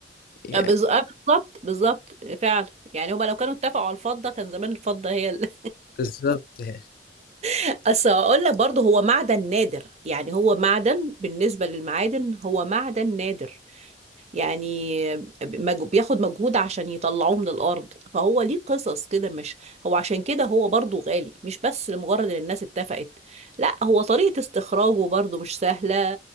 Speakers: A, on the left (about 55°); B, on the right (about 40°).
A: يعني
B: أه بز- أه بالظبط بالظبط فعلا يعني هما لو كانوا اتفقوا على الفضة كان زمان الفضة هي ال...
A: بالظبط يعني
B: <laughs> بس هقول لك برضه هو معدن نادر يعني هو معدن بالنسبة للمعادن هو معدن نادر يعني مج- بياخد مجهود عشان يطلعوه من الأرض فهو ليه قصص كده مش هو عشان كده هو برضو غالي مش بس لمجرد إن الناس اتفقت لا هو طريقة استخراجه برضو مش سهلة